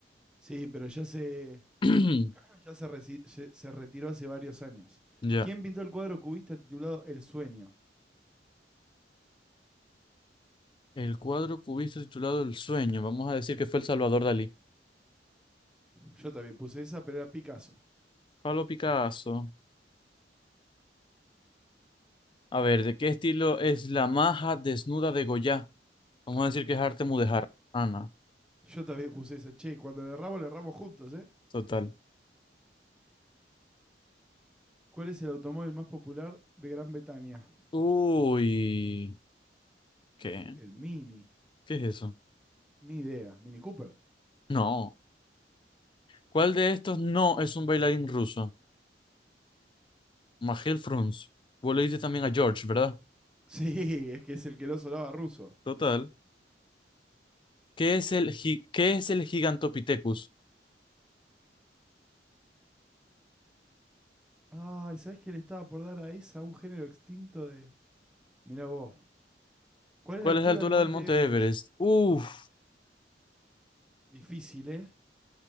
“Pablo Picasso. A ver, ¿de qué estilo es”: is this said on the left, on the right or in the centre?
Left